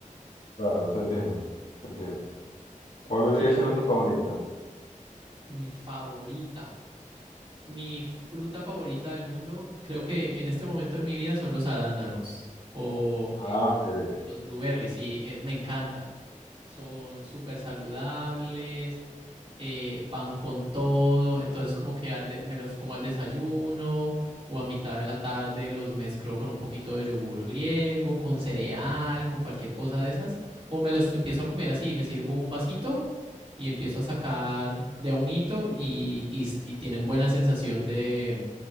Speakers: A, on the left (about 80°); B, on the right (about 45°).
A: Claro, te entiendo, te entiendo. ¿Cuál vendría
B: ¿qué ibas
A: siendo
B: a preguntar?
A: tu favorita?
B: Mi favorita, mi fruta favorita del mundo, creo que en este momento de mi vida son los arándanos o
A: Ah,
B: eh,
A: ok,
B: como los blueberries, sí, eh, me encanta. son súper saludables, eh, van con todo, entonces como que al de- me los como al desayuno o a mitad de la tarde los mezclo con un poquito de yogur griego, con cereal, con cualquier cosa de esas, o me los empiezo a comer así, me sirvo un vasito y empiezo a sacar de a unito y, y y tienen buena sensación de,